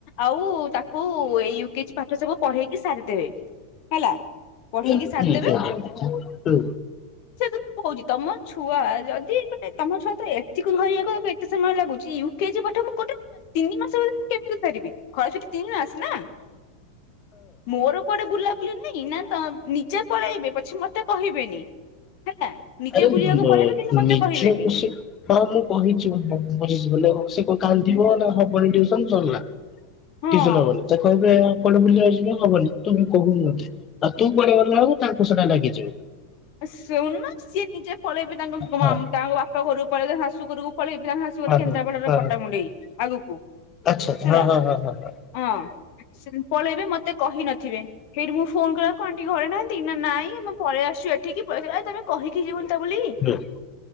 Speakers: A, on the left; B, on the left.
A: ଆଉ ତାକୁ ଏଇ ୟୁ କେଜି ପାଠ ସେ ସବୁ ପଢେଇକି ସାରିଦେବେ ହେଲା। ପଢେଇକି
B: <inaudible>
A: ସାରିଦେବେ
B: ହୁଁ
A: ସେ କଥା ତ କହୁଛି ତମ ଛୁଆ ଯଦି ମାନେ ତମ ଛୁଆ ତ ଏତିିକୁ ଧରିବାକୁ କେତେ ସମୟ ଲାଗୁଛି ୟୁ କେଜି ପାଠ ମୁଁ ତିନି ମାସ ଭିତରେ କେମିତି ସାରିବି ଖରା ଛୁଟି ତିନି ମାସ ନା ମୋର କୁଆଡେ ବୁଲାବୁଲି ନାଇଁ ନା ତ ନିଜେ ପଳେଇବେ ପଛ ମତେ କହିବେନି। ହେଲା। ନିଜେ
B: ଆରେ
A: ବୁଲିବାକୁ
B: ନିଜକୁ
A: ପଳେଇବେ କିନ୍ତୁ ମତେ କହିବେନି
B: ସେ ହଁ ମୁଁ କହିଛି ବଝିଯିବ ସେ କାନ୍ଦିବ ନା ହବନି ଟୁସନ ସରିଲା।
A: ହଁ
B: ଟିସନ ହବନି ସେ କହିବେ ଆ ପଡେ ବୁଲିିବା ଯିବେ ହବନି ତୁମେ କହୁନି ମତେ ଆଉ ତୁ ପଢେଇାଲାବେଳକୁ ତାଙ୍କୁ ସେଟା ଲାଗିଯିବ।
A: ସୁନୁନୁ ନା ସିଏ ନିଜେ ପଳେଇବେ ତାଙ୍କ
B: ହଁ
A: ତାଙ୍କ ବାପ ଘରକୁ ପଳେଇ ଶାଶୁ ଘରକୁ ପଳେଇ ଗୋଟେ
B: ହଁ
A: କେନ୍ଦ୍ରାପଡ଼ାରେ
B: ହଁ ହଁ
A: ପଟାମୁଣ୍ଡେଇ ଆଗକୁ
B: ଆଚ୍ଛା
A: ହେଲା
B: ହଁ ହଁ ହଁ ହଁ
A: ହଁ। ପଳେଇବେ ମତେ କହି ନଥିବେ ସେଇଠି ମୁଁ ଫୋନ କଲା କ ଆଣ୍ଟି ଘରେ ନାହାନ୍ତି ଦିନ ନାଇଁ ଆଁ ପଳେଇ ଆସିସୁ ଏଠିକି ପଳଇ ଆସୁଛୁ <inaudible> କହିକି ଯିବନ୍ତା ତା ବୋଲି
B: ହଁ